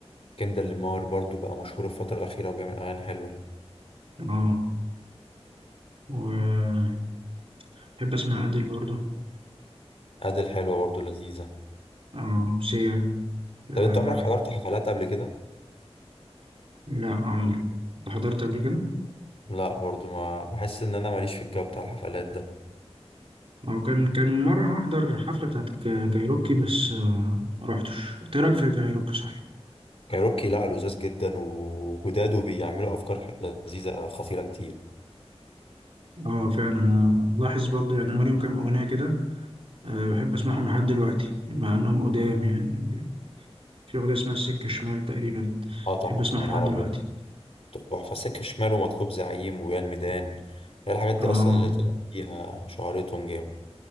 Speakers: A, on the left; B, on the right.
A: كندر لامار برضو بقى مشهور الفترة الأخيرة وبيعمل أغاني حلوة
B: اه وبحب أسمع أديل برضه
A: أديل حلوة برضو لذيذة
B: اه وسيا آه.
A: طب أنت عمرك حضرت حفلات قبل كده؟
B: لا عمرو أنت حضرت قبل كده؟
A: لا برضو ما بحس إن أنا ماليش في الجو بتاع الحفلات ده
B: هو كان كان مرة هحضر حفلة بتاعت ك- كايروكي بس آه، ما روحتش إيه رأيك في كايروكي صحيح؟
A: كايروكي لا لذاذ جدا وجداد وبيعملوا أفكار لذيذة خطيرة كتير
B: اه فعلا انا لاحظ برضو يعني هم ليهم كام اغنيه كده أه بحب اسمعهم لحد دلوقتي مع انهم قدام يعني في اغنيه اسمها السكه الشمال تقريبا
A: أه طبعا
B: بحب اسمعها
A: يا نهار
B: لحد دلوقتي
A: أبيض تحفة سكة شمال ومطلوب زعيم ويا الميدان هي الحاجات
B: اه
A: دي أصلا اللي طلع فيها شهرتهم جامد